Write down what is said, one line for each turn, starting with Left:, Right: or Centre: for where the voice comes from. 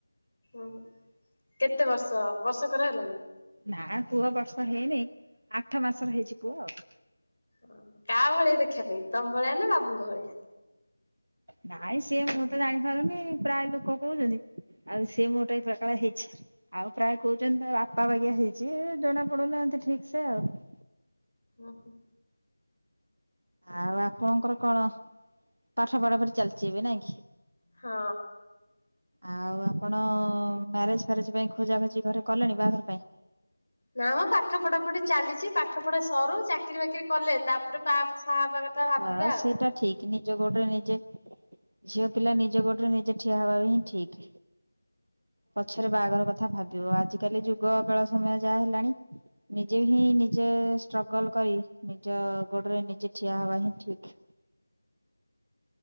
Left: ଓହୋ କେତେ ବର୍ଷ ବର୍ଷକର ହେଲାଣି?
Right: ନା ପୁଅ ବର୍ଷ ହେଇନି ଆଠ ମାସର ହେଇଛି ପୁଅ ଆଉ।
Left: ହ କାହା ଭଳିଆ ଦେଖିବା ପାଇଁ ତମ ଭଳିଆ ନା ବାବୁଙ୍କ ଭଳିଆ।
Right: ନାଇଁ ସିଏ ମୁଁ ତ ଜାଣିପାରୁନି ପ୍ରାୟ ଲୋକ କହୁଛନ୍ତି ଆଉ ସିଏ ମୋ ପରିକା ହେଇଛି। ଆଉ ପ୍ରାୟ କହୁଛନ୍ତି ତା ବାପା ବାଗିଆ ହେଇଛି ଜଣା ପଡୁନାହାନ୍ତି ଠିକ୍ ସେ ଆଉ ।
Left: ଓହୋ।
Right: ଆଉ ଆପଣଙ୍କର କଣ ପାଠ ।
Left: ହଁ।
Right: ଆଉ ଆପଣ ମ୍ୟାରେଜ୍ ଫ୍ୟାରେଜ୍ ପାଇଁ ଖୋଜା ଖୋଜି ଘରେ କଲେଣି ବାହାଘର ପାଇଁ।
Left: ନା ମ ପାଠ ପଢା ପଢି ଚାଲିଛି ପାଠ ପଢା ସରୁ ଚାକିରି ବାକିରି କଲେ ତାପରେ ବା। ବାହା ହବା କଥା ଭାବିବା
Right: ହଁ ସେଇଟା
Left: ଆଉ।
Right: ଠିକ ନିଜ ଗୋଡ଼ରେ ନିଜେ ଝିଅ ପିଲା ନିଜ ଗୋଡ଼ରେ ନିଜେ ଠିଆ ହେବା ହିଁ ଠିକ୍। ପଛରେ ବାହାଘର କଥା ଭାବିବ । ଆଜିକାଲି ଯୁଗ ବେଳ ସମୟ ଯାହା ହେଲାଣି। ନିଜେ ହିଁ ନିଜ ଷ୍ଟ୍ରଗଲ କରି ନିଜ ଗୋଡରେ ନିଜେ ଠିଆ ହବା ହିଁ ଠିକ୍।